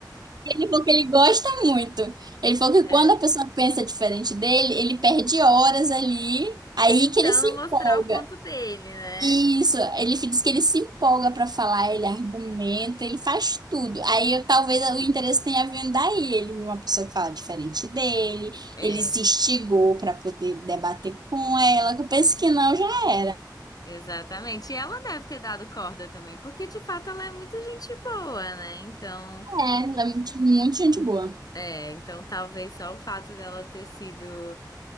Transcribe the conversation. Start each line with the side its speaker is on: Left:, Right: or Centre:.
Right: E Ele falou que ele gosta muito. Ele falou que
Left: É.
Right: quando a pessoa pensa diferente dele, ele perde horas ali, aí
Left: tentando
Right: que ele se empolga.
Left: mostrar o ponto dele, né?
Right: Isso, ele diz que ele se empolga para falar, ele argumenta, ele faz tudo. Aí eu- talvez o interesse tenha vindo daí. Ele viu uma pessoa que fala diferente dele,
Left: É,
Right: ele se instigou para poder debater com ela. que Eu penso que não, já era.
Left: exatamente. E ela deve ter dado corda também, porque de fato ela é muito gente boa, né? Então,
Right: É, ela é muito, muito gente boa.
Left: é, então talvez só o fato dela ter sido